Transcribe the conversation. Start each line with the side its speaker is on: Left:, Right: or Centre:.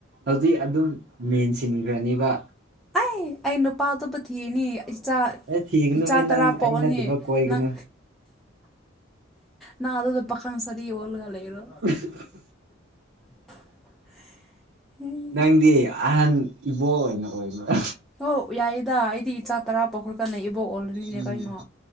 Right: ꯍꯧꯖꯤꯛ ꯑꯗꯨꯝ ꯃꯦꯟꯁꯤꯟꯒ꯭ꯔꯥꯅꯤꯕ
Centre: ꯑꯩ ꯑꯩ ꯅꯨꯄꯥ ꯑꯇꯣꯞꯄ ꯊꯤꯔꯅꯤ <unintelligible> ꯆꯥ
Right: ꯑꯦ ꯊꯤꯒꯅꯨꯍꯦ
Centre: ꯏꯆꯥ ꯇꯔꯥ
Right: ꯅꯪ
Centre: ꯄꯣꯛꯑꯅꯤ
Right: ꯑꯩ ꯅꯠꯇꯕ ꯀꯣꯏꯒꯅꯨ
Centre: ꯅꯪ ꯅꯪ ꯑꯗꯨꯗꯨ ꯄꯈꯪ ꯁꯔꯤ ꯑꯣꯜꯂꯒ ꯂꯩꯔꯣ
Right: <unintelligible>
Centre: <inaudible>
Right: ꯅꯪꯗꯤ ꯑꯍꯟ ꯏꯕꯣ ꯑꯣꯏꯅ ꯑꯣꯏꯔꯨꯔꯣ
Centre: ꯍꯣ ꯌꯥꯏꯌꯦꯗ ꯑꯩꯗꯤ ꯏꯆꯥ ꯇꯔꯥ ꯄꯣꯛꯈ꯭ꯔꯥꯀꯥꯟꯗ ꯏꯕꯣꯛ ꯑꯣꯜꯂꯅꯤꯅꯦ
Right: ꯎꯝ
Centre: ꯀꯩꯅꯣ